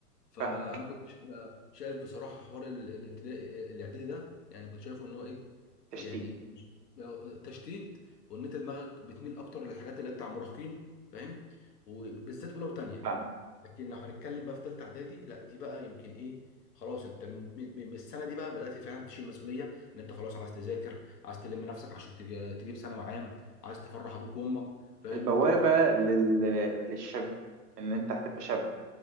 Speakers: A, on the left; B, on the right.
A: فانا
B: فاهمك
A: كنت ش- بقى شايف بصراحه حوار ال- الابتدائي الاعدادي ده يعني كنت شايفه ان هو ايه
B: تشتيت
A: يعني مش بقى تشتيت وان انت دماغك بتميل اكتر للحاجات اللي هي بتاع مراهقين فاهم وبالذات اولى وثانيه
B: فاهم
A: لكن لو هنتكلم بقى في ثالثه اعدادي لا دي بقى يمكن ايه خلاص انت من من من السنه دي بقى بدات فعلا تشيل مسؤوليه ان انت خلاص عايز تذاكر عايز تلم نفسك عشان تج- تجيب ثانوي عام عايز تفرح ابوك وامك فاهم
B: البوابة لل... للشاب إن أنت هتبقى شاب